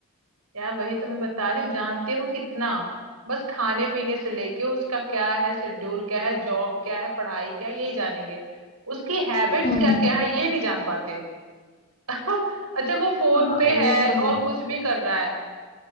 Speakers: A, on the right; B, on the left.
A: यार वही तो मैं बता रही हूँ जानते हो कितना बस खाने पीने से लेके उसका क्या है शेड्यूल क्या है जॉब क्या है पढ़ाई क्या है यही जानेंगे उसकी हैबिट्स
B: हम्म,
A: क्या क्या है ये नहीं जान पाते <laughs> अच्छा वो फोन
B: हाँ
A: पे
B: ये
A: है
B: तो
A: और
B: है
A: कुछ भी कर रहा है